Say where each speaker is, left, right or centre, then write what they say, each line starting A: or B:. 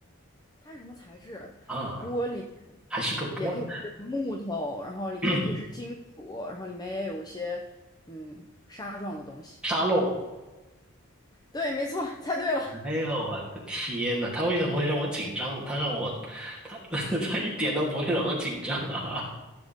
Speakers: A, on the left; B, in the centre.
A: 它是什么材质？
B: 啊，
A: 玻璃，
B: 还是个玻璃
A: 也可以是木头，然后也可以是金属，
B: <coughs>
A: 然后里面也有一些嗯纱状的东西。
B: <clears throat> 沙漏
A: 对，没错，猜对了。
B: 哎呦，我的天呐，他为什么会让我紧张呢？他让我，他 <laughs> 他一点都不会让我紧张啊！